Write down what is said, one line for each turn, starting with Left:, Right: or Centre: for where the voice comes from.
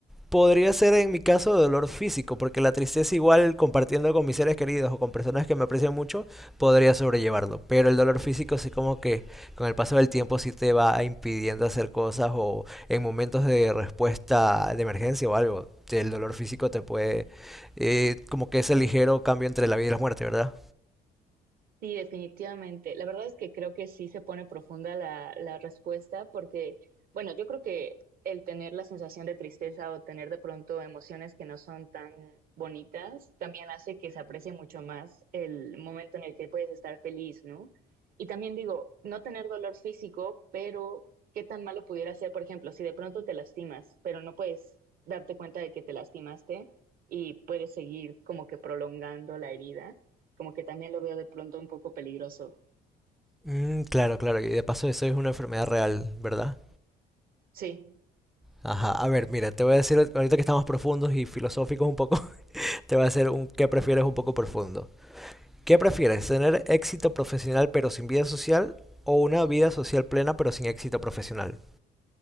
Centre: Podría ser en mi caso dolor físico, porque la tristeza igual compartiendo con mis seres queridos o con personas que me aprecian mucho, podría sobrellevarlo. Pero el dolor físico sí como que con el paso del tiempo sí te va impidiendo hacer cosas o en momentos de respuesta de emergencia o algo. El dolor físico te puede... eh, como que ese ligero cambio entre la vida y la muerte, ¿verdad?
Right: Sí, definitivamente. La verdad es que creo que sí se pone profunda la, la respuesta porque, bueno, yo creo que el tener la sensación de tristeza o tener de pronto emociones que no son tan bonitas también hace que se aprecie mucho más el momento en el que puedes estar feliz, ¿no? Y también digo, no tener dolor físico, pero qué tan malo pudiera ser, por ejemplo, si de pronto te lastimas, pero no puedes darte cuenta de que te lastimaste y puedes seguir como que prolongando la herida como que también lo veo de pronto un poco peligroso.
Centre: Mm, claro, claro. Y de paso eso es una enfermedad real, ¿verdad?
Right: Sí,
Centre: Ajá. A ver, mira, te voy a decir ahorita que estamos profundos y filosóficos un poco, <laughs> te voy a hacer un qué prefieres un poco profundo. ¿Qué prefieres? ¿Tener éxito profesional pero sin vida social o una vida social plena pero sin éxito profesional?